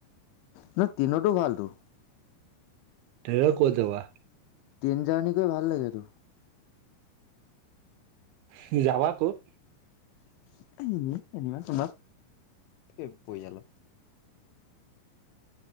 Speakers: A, on the left (about 80°); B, on the right (about 85°).
A: ন' ট্ৰিনটো ভালতো।
B: ট্ৰেইনত ক'ত যাবা?
A: ট্ৰেইন জাৰ্ণি কৰি ভাল লাগে তো।
B: <unintelligible> যাবা ক'ত?
A: <unintelligible> পৰিয়াল